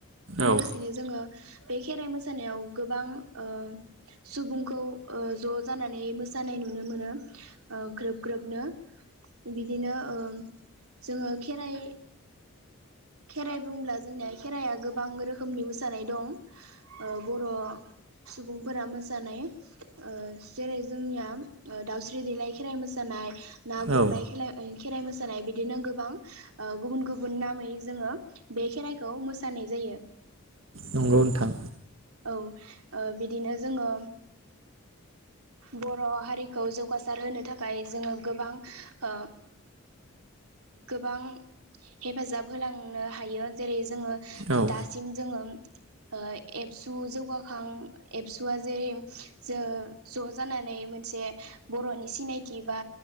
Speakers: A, on the right (about 65°); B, on the right (about 85°).
A: औ
B: लोगोसेनो जोङो बे खेराइ मोसानायाव गोबां ओ सुबुंखौ ज' जानानै मोसानाय नुनो मोनो ओ ग्रोब ग्रोबनो बिदिनो ओ जोङो खेराइ खेराइ बुंब्ला जोंनिया खेराइआ गोबां रोखोमनि मोसानाय दं ओ बर' सुबुंफोरा मोसानाय ओ जेरै जोंनिया दाउस्रि देलाय खेराइ मोसानाय ना गुरनााइ
A: औ
B: खेलाय खेराइ मोसानाय बिदिनो गोबां ओ गुबुन गुबुन नामै जोङो बे खेराइ खौ मोसानाय जायो
A: नंगौ नोंथां
B: औ ओ बिदिनो जोङो बर' हारिखौ जौगासार होनो थाखाय जोङो गोबां ओ गोबां हेफाजाब होलांनो हायो जेरै जोङो
A: औ
B: दासिम जोङो ओ एबसु जौगाखां एबसुआ जेरै जो ज' जानानै मोनसे बर'नि सिनायथि बा